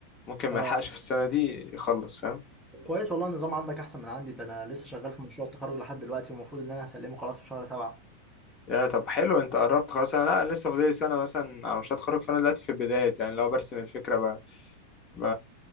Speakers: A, on the left (about 30°); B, in the centre.
A: ممكن ما
B: اه
A: يلحقش في السنة دي يخلص فاهم
B: كويس والله النظام عندك احسن من عندي ده انا لسه شغال في مشروع التخرج لحد دلوقتي والمفروض ان انا هسلمه خلاص في شهر سبعة
A: يا طب حلو انت قربت خلاص انا لا انا لسه فاضلي سنه مثلا على مشروع التخرج فانا دلوقتي في البدايات يعني لو برسم الفكره ب... ب...